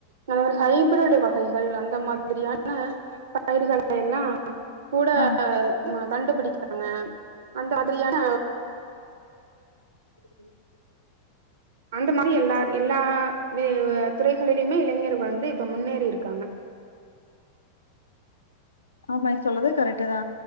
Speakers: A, on the right (about 60°); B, on the left (about 75°).
A: அந்த மாரி ஹைப்ரீடு் வகைகள் அந்த மாதிரியான் ன பயிர்கள எல்லா கூட
B: ஆஹ்
A: மா கண்டுபிடிக்காங்க அந்த மாதிரியான
B: உம்
A: அந்த மாரி எல்லார் எல்லா வே வ துறைகளிலயுமே இளைஞர்கள் வந்து இப்ப முன்னேறிருக்காங்க
B: ஆமா சொல்லறதே கரெக்டு தா